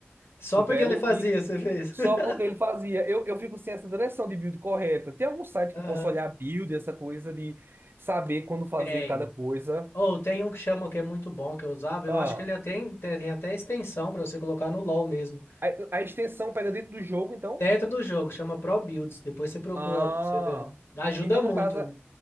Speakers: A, on the left (about 75°); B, on the right (about 60°).
A: Só
B: cutelo
A: porque ele fazia,
B: e
A: você fez.
B: só
A: <laughs>
B: porque ele fazia. Eu, eu fico sem essa direção de build correta. Tem algum site
A: Aham.
B: que eu posso olhar build, essa coisa de saber quando fazer
A: Tem.
B: cada coisa?
A: Ou tem um que chama que é muito bom que eu usava. Eu
B: Ah,
A: acho que ele até tem, tem até extensão para você colocar no LoL mesmo.
B: a, a extensão pega dentro do jogo, então?
A: Dentro do jogo, chama Pro Builds. Depois você procura
B: Ah,
A: lá pra você ver. Ajuda
B: então
A: muito.
B: no caso,
A: né?